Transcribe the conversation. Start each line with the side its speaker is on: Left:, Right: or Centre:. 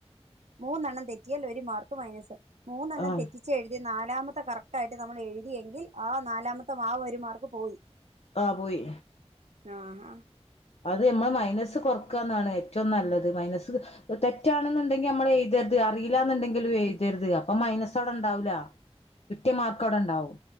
Right: മൂന്നെണ്ണം തെറ്റിയാൽ ഒരു മാർക്ക് മൈനസ് മൂന്നെണ്ണം
Left: ആഹ്
Right: തെറ്റിച്ചെഴുതി നാലാമത്തെ കറക്റ്റ് ആയിട്ട് നമ്മൾ എഴുതിയെങ്കിൽ ആ നാലാമത്തെ മാ പരുമാർക്ക് പോയി
Left: ആ പോയി
Right: ആഹ
Left: അത് നമ്മൾ മൈനസ് കൊറക്കുകന്നാണ് ഏറ്റവും നല്ലത് മൈനസ് തെറ്റാണെന്നുണ്ടെങ്കിൽ നമ്മൾ എഴുതരുത് അറിയില്ലന്നുണ്ടെങ്കിലും എഴുതരുത് അപ്പ മൈനസോവിടെ ഉണ്ടാവില്ല കിട്ടിയ മാർക്കവിടെ ഉണ്ടാവും